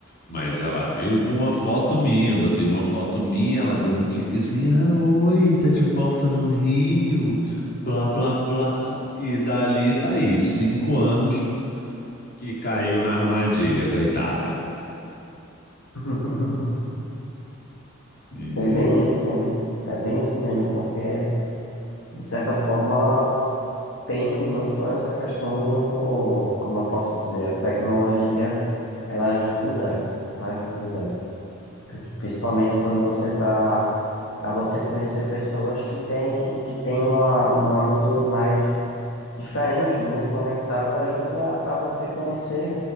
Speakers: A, on the left (about 50°); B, on the left (about 75°).
A: mas ela veio com uma foto minha. Botei uma foto minha, ela deu um cliquezinho. Ah, oi, tá de volta no Rio, blá, blá, blá. E dali tá aí, cinco anos que caiu na armadilha, coitada.
B: <laughs>
A: Entendeu?
B: É bem isso mesmo. É bem isso mesmo, porque, de certa forma, tem muito essa questão do, como eu posso dizer, a tecnologia, ela ajuda, ajuda, principalmente quando você está a você conhecer pessoas que têm que têm uma, um âmbito mais diferente, o mundo conectado ajuda a você conhecer